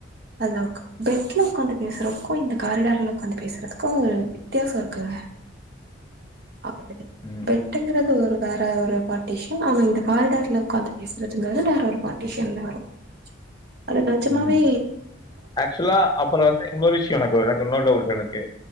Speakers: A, on the right; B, on the left.
A: அதா பெட்ல உக்காந்து பேசுறதுக்கு இந்த காரிடார்ல உக்காந்து பேசுறதுக்கு வித்தியாசோ இருக்குங்க பாக்குறதுக்கு
B: ம்
A: பெட்டுங்கிறது ஒரு வேற ஒரு பார்டிஷியன் ஆனா இந்த காரிடர்ல உக்காந்து பேசுறதுங்கிறது வேற ஒரு பார் டிஷன்ல வரும் அது நஜமாவே
B: ம் ஆக்சுவலா அப்றோ வந்து இன்னொரு விஷயோ எனக்கு எனக்கு இன்னொரு டவுட் எனக்கு